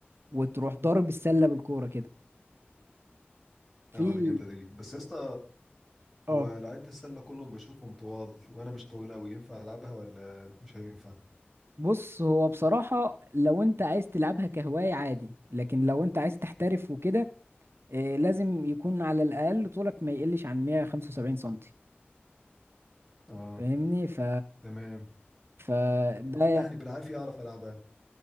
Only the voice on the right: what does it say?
وتروح ضارب السله بالكوره كده في
اه
بص هو بصراحة لو انت عايز تلعبها كهواية عادي لكن لو انت عايز تحترف وكده إيه لازم يكون على الأقل طولك ما يقلش عن 175 سنتي
فاهمني ف
فده ي-